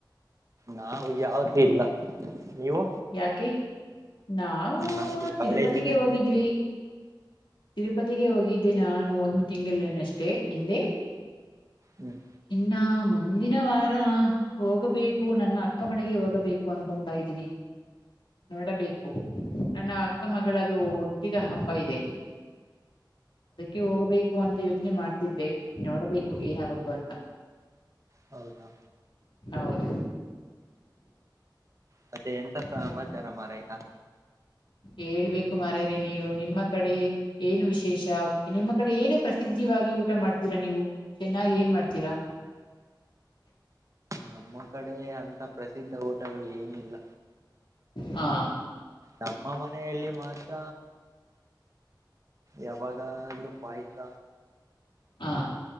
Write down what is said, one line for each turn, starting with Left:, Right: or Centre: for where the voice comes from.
Right: ನಾವು ಯಾವದು ಇಲ್ಲ ನೀವು
Left: ಯಾಕೆ ನಾವು
Right: ನಮ್ದು
Left: ತಿರುಪತಿಗೆ
Right: ಕಾಲೇಜ್ ಇರುತ್ತೆ
Left: ಹೋಗಿದ್ವಿ ತಿರುಪತಿಗೆ ಹೋಗಿದ್ದೆ ನಾನು ಒಂದು ತಿಂಗಳೇನಷ್ಟೇ ಹಿಂದೆ
Right: ಹ್ಮ್
Left: ಇನ್ನ ಮುಂದಿನ ವಾರ ಹೋಗಬೇಕು ನನ್ನ ಅಕ್ಕ ಮನೆಗೆ ಹೋಗಬೇಕು ಅನ್ಕೊತಾ ಇದ್ದೀನಿ ನೋಡಬೇಕು ನನ್ನ ಅಕ್ಕ ಮಗಳದು ಹುಟ್ಟಿದ ಹಬ್ಬ ಇದೆ ಅದಕ್ಕೆ ಹೋಗ್ಬೇಕು ಕು ಅಂತ ಯೋಚನೆ ಮಾಡ್ತಿದ್ದೆ ನೋಡ್ಬೇಕು ಏನಾಗುತ್ತೋ ಅಂತ
Right: ಹೌದಾ
Left: ಹೌದು
Right: ಮತ್ತೆ ಎಂತ ಸಮಾಚಾರ
Left: ಮತ್
Right: ಮ ರ ಈತಾ
Left: ಹೇಳ್ಬೇಕು ಮಾರರೆ ನೀವು ನಿಮ್ಮ ಕಡೆ ಏನು ವಿಶೇಷ ನಿಮ್ಮ ಕಡೆ ಏನು ಪ್ರಸಿದ್ಧ ಊಟ ಮಾಡ್ತೀರಾ ನೀವು ಚೆನ್ನಾಗಿ ಏನ್ ಮಾಡ್ತೀರಾ
Right: ನಮ್ಮ ಕಡೆ ಅಂತ ಪ್ರಸಿದ್ಧ ಹೋಟೆಲ್ ಏನಿಲ್ಲ
Left: ಹಾ
Right: ನಮ್ಮ ಮನೆಯಲ್ಲಿ ಮಾತ್ರ ಯಾವಾಗಾದ್ರೂ ಪಾಯಸ
Left: ಹಾ